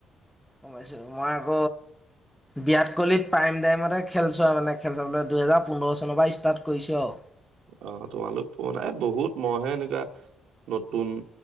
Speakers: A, in the centre; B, on the right (about 80°).
A: গম পাইছোঁ, মই আক বিৰাট কোহলি প্ৰাইম টাইমতে খেলছোৱা মানে খেল, দুহেজাৰ পোন্ধৰ চনৰ পৰা ষ্টাৰ্ট কৰিছো আৰু।
B: আহ তোমালোক পুৰণা, বহুত মইহে এনেকুৱা নতুন